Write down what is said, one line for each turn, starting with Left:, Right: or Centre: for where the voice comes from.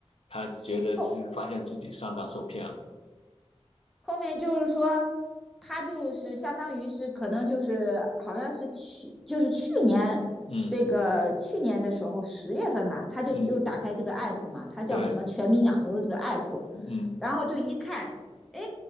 Left: 他觉得是发现自己上当受骗了。
Centre: 后后面就是说，他就是相当于是可能就是好像是去就是去年
Left: 嗯
Centre: 这个去年的时候十月份吧，他就又打开这个
Left: 嗯，
Centre: app 嘛，他叫什么“全民养牛”这个
Left: 对，
Centre: app，
Left: 嗯
Centre: 然后就一看，哎，